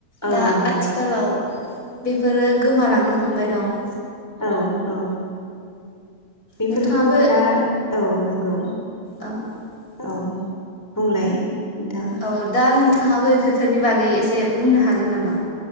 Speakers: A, in the centre; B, on the left (about 20°).
A: औ
B: दा
A: नोंगौ
B: आथिखालाव बेफोरो गोमालांनो हमबाय दं।
A: औ औ बेफोरखौ
B: नोंथाङाबो
A: दा औ नंगौ
B: <inaudible>
A: औ बुंलाय नोंथां
B: औ दा नोंथाङाबो बे बेफोरनि बागै एसे बुंनो हागोन नामा?